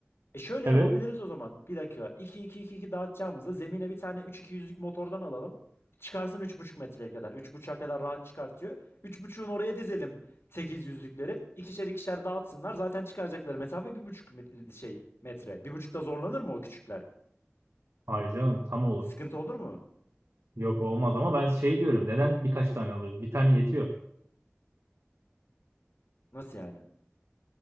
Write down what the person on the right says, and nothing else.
Evet.
Hayır canım tam olur.
Yok olmaz ama ben şey diyorum. Neden birkaç tane alıyoruz? Bir tane yetiyor.